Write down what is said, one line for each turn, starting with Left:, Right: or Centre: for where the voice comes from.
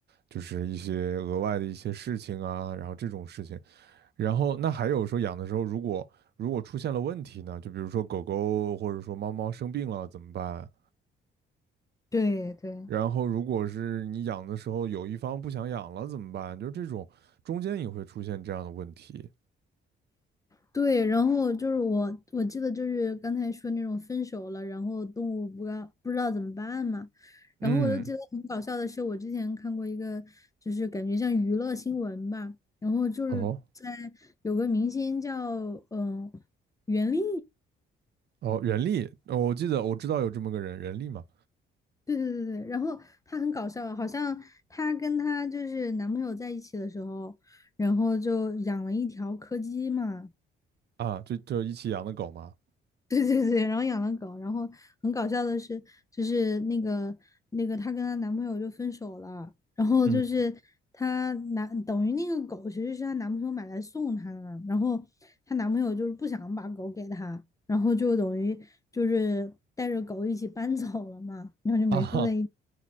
Right: 就是一些额外的一些事情啊，然后这种事情。然后那还有说养的时候，如果如果出现了问题呢，就比如说狗狗或者说猫猫生病了怎么办？
Left: 对对。
Right: 然后，如果是你养的时候有一方不想养了怎么办？就是这种中间也会出现这样的问题。
Left: 对，然后就是我，我记得就是刚才说那种分手了，然后动物不知道不知道怎么办嘛，
Right: 嗯，
Left: 然后我就记得很搞笑的是，我之前看过一个，就是感觉像娱乐新闻吧，然后就是在
Right: 哦
Left: 有个明星叫嗯、袁立，
Right: 哦，人力，哦，我记得我知道有这么个人，人力嘛，
Left: 对对对对，然后她很搞笑，好像她跟她就是男朋友在一起的时候，然后就养了一条柯基嘛，
Right: 啊，就就一起养的狗嘛。
Left: <laughs> 对对对，然后养了狗，然后很搞笑的是，就是那个那个她跟她男朋友就分手了，然后就是她男等于那个狗其实是她男朋友买来送她的嘛，
Right: 嗯
Left: 然后她男朋友就是不想把狗给她，然后就等于就是带着狗一起搬走了嘛，然后就没住在一起。
Right: 啊哈